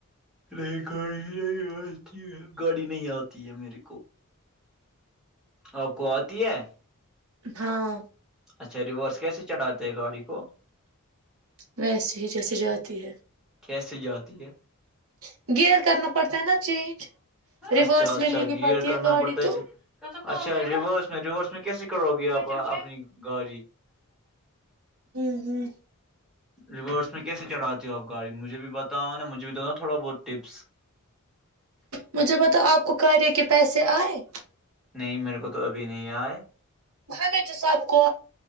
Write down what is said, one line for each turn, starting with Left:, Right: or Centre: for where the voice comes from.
Centre: رے گاڑ ر آ گاڑی نہیں آتی ہے میرے کو اور کو آتی ہے
Right: ہاں
Centre: اچھا ریورس کیسے چڑھاتے ہیں گاڑی کو
Right: ویسیے ہی جیسیے جاتی ہے
Centre: کیسے جاتی ہے
Right: <inaudible> گئر کرنا پڑتے ہے نا چینج ریوورس
Centre: اچھا اچھا
Right: میں لینی
Centre: گیئر
Right: پتی یہ
Centre: کرنا
Right: گاڑی
Centre: پڑتا
Right: تو
Centre: ہے اچھا ریورس میں ریورس میں کیسے کرو گے آپ اپنی گاڑی
Right: ہوں ہوں
Centre: ریورس میں کیسے چڑھاتی ہووں آپای مجھے بھی بتاؤ نا مجھے بھی دو نا تھوڑا بہت ٹپس
Right: مجھے بتاؤ آپ کو کاریہ کے پیسے آئے
Centre: نہیں میرے کو تو ابھی نہیں آئے
Right: ہمچ سب کو